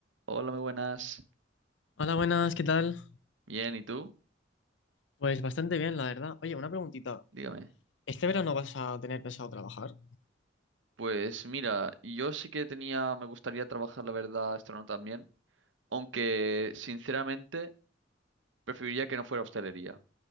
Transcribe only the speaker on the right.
Hola, muy buenas.
Bien, ¿y tú?
Dígame.
Pues mira, yo sí que tenía, me gustaría trabajar, la verdad, esto también, aunque sinceramente preferiría que no fuera hostelería.